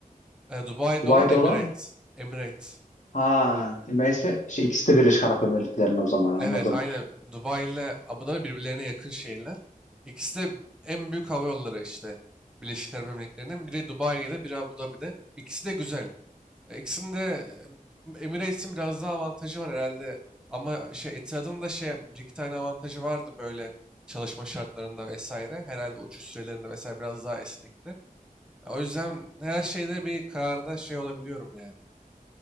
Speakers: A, in the centre; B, on the left.
A: e, Dubai'de
B: Dubai'de
A: olan Emirates.
B: olan mı?
A: Emirates.
B: Ha, neyse şey, ikisi de Birleşik Arap Emirlikleri'nin o zaman anladım.
A: Evet, aynen. Dubai ile Abu Dhabi birbirlerine yakın şehirler. İkisi de en büyük hava yolları işte Birleşik Arap Emirlikleri'nin. Biri Dubai'de, biri Abu Dhabi'de. İkisi de güzel. E, İkisinin de e, Emirates'in biraz daha avantajı var herhalde. Ama şey Etihad'ın da şey bir iki tane avantajı vardı böyle çalışma şartlarında vesaire. Herhalde uçuş sürelerinde vesaire biraz daha esnekti. E, O yüzden her şeyde bir kararda şey olabiliyorum yani.